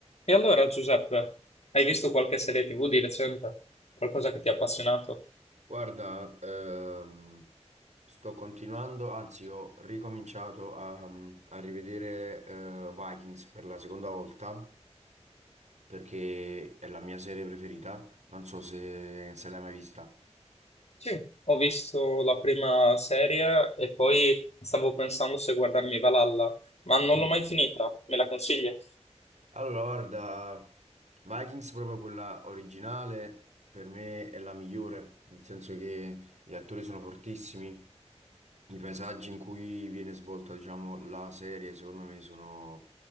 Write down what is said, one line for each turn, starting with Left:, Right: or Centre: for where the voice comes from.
Left: E allora, Giuseppe, hai visto qualche serie TV di recente? Qualcosa che ti ha appassionato?
Right: Guarda, ehm, sto continuando, anzi ho ricominciato a, a rivedere eh, Vikings per la seconda volta perché è la mia serie preferita, non so se, se l'hai mai vista.
Left: Sì, Ho visto la prima serie e poi stavo pensando se guardarmi Valhalla, ma non
Right: Mm.
Left: l'ho mai finita. Me la consigli?
Right: Allora, guarda, Vikings proprio quella originale per me è la migliore, nel senso che gli attori sono fortissimi, I paesaggi in cui viene svolta, diciamo, la serie, secondo me, sono